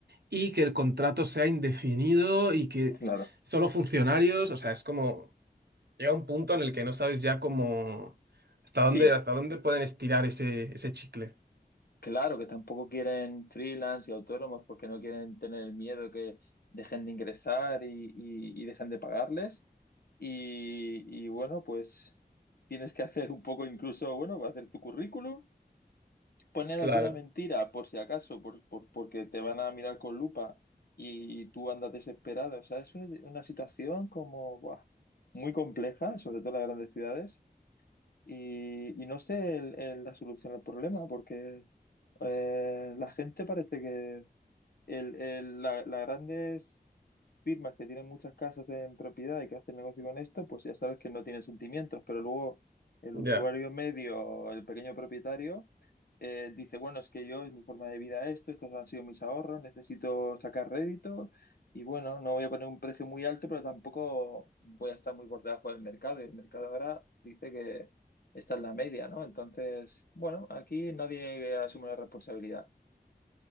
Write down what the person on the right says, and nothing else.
y que el contrato sea indefinido y que
solo funcionarios, o sea, es como, llega un punto en el que no sabes ya cómo, hasta dónde,
hasta dónde pueden estirar ese, ese chicle.
Claro,
ya.